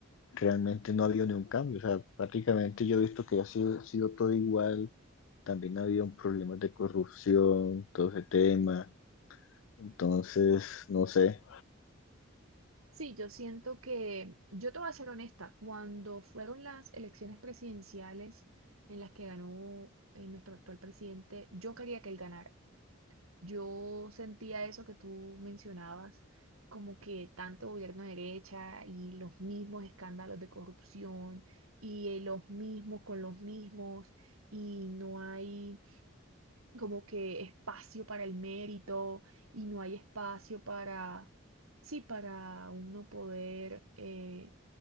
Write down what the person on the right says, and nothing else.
Sí, yo siento que, yo te voy a ser honesta, cuando fueron las elecciones presidenciales en las que ganó eh, nuestro actual presidente, yo quería que él ganara. Yo sentía eso que tú mencionabas, como que tanto gobierno de derecha y los mismos escándalos de corrupción y eh, los mismos con los mismos y no hay como que espacio para el mérito y no hay espacio para, sí, para uno poder eh,